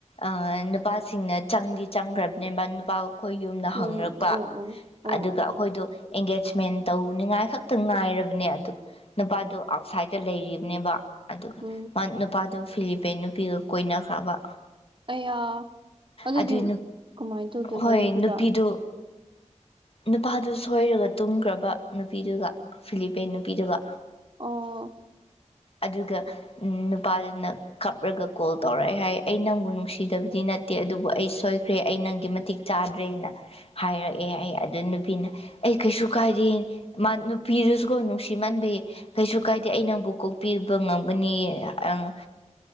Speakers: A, on the left; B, on the right.
A: ꯑꯥ ꯅꯨꯄꯥꯁꯤꯡꯅ ꯆꯪꯗꯤ ꯆꯪꯈ꯭ꯔꯕꯅꯦ ꯅꯨꯄꯥ ꯈꯣꯏ ꯌꯨꯝꯅ
B: ꯎꯝ
A: ꯍꯅꯔꯛꯄ
B: ꯑꯣ ꯑꯣ ꯑꯣ
A: ꯑꯗꯨꯒ ꯑꯩꯈꯣꯏꯗꯣ ꯑꯦꯡꯒꯦꯖꯃꯦꯟ ꯇꯧꯅꯤꯉꯥꯏ ꯈꯛꯇꯪ ꯉꯥꯏꯔꯕꯅꯦ ꯑꯗꯨ ꯅꯨꯄꯥꯗꯣ ꯑꯥꯎꯠꯁꯥꯏꯗꯠꯇ ꯂꯩꯈꯤꯕꯅꯦꯕ ꯑꯗꯨꯒ
B: ꯎꯝ
A: ꯅꯨꯄꯥꯗꯨ ꯐꯤꯂꯤꯄꯦꯟ ꯅꯨꯄꯤꯒ ꯀꯣꯏꯅꯈ꯭ꯔꯕ
B: ꯑꯩꯌꯥ ꯑꯗꯨꯗꯤ
A: ꯑꯗꯨꯏ
B: ꯀꯃꯥꯏꯅ ꯇꯧꯗꯣꯏꯕ
A: ꯍꯣꯏ
B: ꯅꯨꯄꯤꯗ
A: ꯅꯨꯄꯤꯗꯨ ꯅꯨꯄꯥꯗꯨ ꯁꯣꯏꯔꯒ ꯇꯨꯝꯈ꯭ꯔꯕ ꯅꯨꯄꯤꯗꯨꯒ ꯐꯤꯂꯤꯄꯦꯟ ꯅꯨꯄꯤꯗꯨꯒ
B: ꯑꯣ
A: ꯑꯗꯨꯒ ꯅꯨꯄꯥꯗꯨꯅ ꯈꯞꯔꯒ ꯀꯣꯜ ꯇꯧꯔꯛꯑꯦ ꯍꯥꯏ ꯑꯩ ꯅꯪꯕꯨ ꯅꯨꯡꯁꯤꯗꯕꯗꯤ ꯅꯠꯇꯦ ꯑꯗꯨꯕꯨ ꯑꯩ ꯁꯣꯏꯈ꯭ꯔꯦ ꯑꯩ ꯅꯪꯒꯤ ꯃꯇꯤꯛ ꯆꯥꯗ꯭ꯔꯦꯅ ꯍꯥꯏꯔꯛꯑꯦ ꯑꯩ ꯑꯗꯨ ꯅꯨꯄꯤꯅ ꯑꯩ ꯀꯩꯁꯨ ꯀꯥꯏꯗꯦ ꯅꯨꯄꯤꯗꯨꯁꯨꯀꯣ ꯅꯨꯡꯁꯤꯃꯟꯕꯩ ꯀꯩꯁꯨ ꯀꯥꯏꯗꯦ ꯑꯩ ꯅꯪꯕꯨ ꯀꯣꯛꯄꯤꯕ ꯉꯝꯒꯅꯤ ꯑꯥ